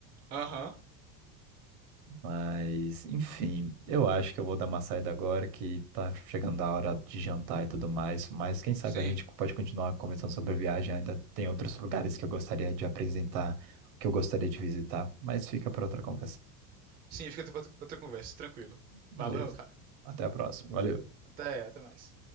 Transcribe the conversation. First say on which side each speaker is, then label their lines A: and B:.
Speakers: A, on the right (about 20°); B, on the right (about 70°).
A: Aham,
B: Mas, enfim, eu acho que eu vou dar uma saída agora que tá chegando a hora de jantar e tudo mais. Mas quem sabe
A: sim.
B: a gente pode continuar conversando sobre a viagem. Ainda tem outros lugares que eu gostaria de apresentar, que eu gostaria de visitar. Mas fica para outra conversa.
A: Sim, fica pra outra outra conversa, tranquilo.
B: Beleza.
A: Valeu, cara.
B: Até a próxima. Valeu.
A: Até, até mais.